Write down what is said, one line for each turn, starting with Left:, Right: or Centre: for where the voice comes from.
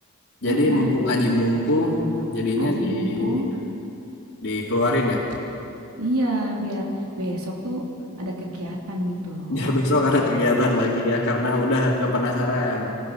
Right: Heeh,
Left: Jadi mumpung aji mumpung jadinya
Right: Aji
Left: di
Right: mumpung.
Left: ini dikeluarin ya.
Right: Iya, biar besok tuh ada kegiatan gitu
Left: <laughs>
Right: loh.
Left: Biar besok ada kegiatan lagi ya karena udah nggak penasaran.